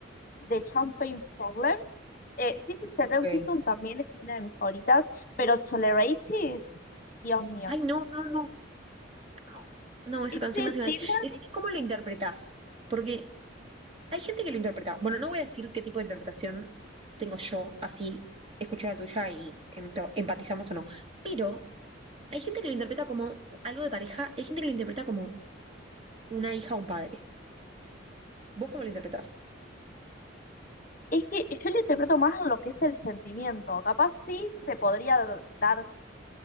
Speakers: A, on the left (about 45°); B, on the right (about 30°).
A: de Champagne Problems. Eh, sí, sí, Cerré
B: Ok.
A: Season también es una de mis favoritas, pero Tolerated, Dios mío.
B: Ay, no, no, no, no, no, esa
A: Este
B: canción me hace mal.
A: tema
B: Decime cómo lo interpretás, porque hay gente que lo interpreta. Bueno, no voy a decir qué tipo de interpretación tengo yo, así escuché la tuya y em- to- empatizamos o no, pero hay gente que lo interpreta como algo de pareja, hay gente que lo interpreta como una hija o un padre. ¿Vos cómo lo interpretás?
A: es que yo lo interpreto más en lo que es el sentimiento. Capaz sí se podría dar